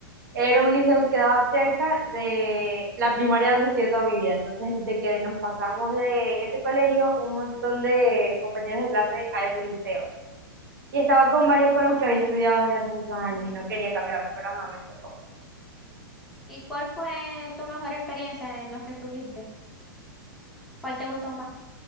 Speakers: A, on the right; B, in the centre.
A: Era un liceo que quedaba cerca de la primaria donde estudié toda mi vida. Entonces, de que nos pasamos de ese colegio, un montón de compañeros de clase a ese liceo. Y estaba con varios con los que había estudiado desde hace muchos años y no quería cambiarme, pero nada, me tocó.
B: ¿Y cuál fue tu mejor experiencia en los que estuviste? ¿Cuál te gustó más?